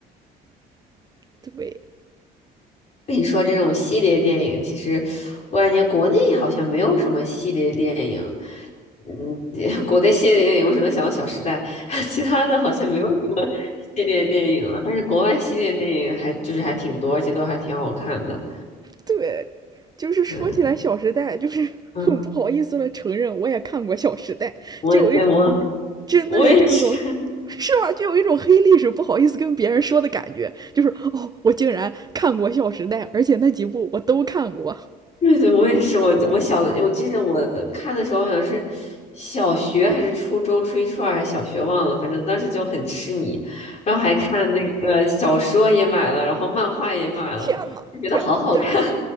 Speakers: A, on the right; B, on the left.
A: 对，
B: 跟你说这种系列电影，其实我感觉国内好像没有什么系列电影。嗯，<laughs> 国内系列电影我只能想到《小时代》，<laughs> 其他的好像没有什么系列电影了。但是国外系列电影还就是还挺多，而且都还挺好看的。
A: 对，就是说起来，
B: 对，
A: 《小时代》就是很不好意思的承认，
B: 嗯，
A: 我也看过《小时代》，
B: 我也对我
A: 就有一种，真的是就有一种，
B: 我也是，
A: 是吧？就有一种黑历史不好意思跟别人说的感觉，就是哦，我竟然看过《小时代》，而且那几部我都看过。
B: <laughs> 对对，我也是。我我小我记得我看的时候好像是小学还是初中，初一初二还是小学忘了，反正当时就很痴迷，然后还看那个小说也买了，然后漫画也买了，
A: 天呐，
B: 就觉得好好看。
A: 天呐，对的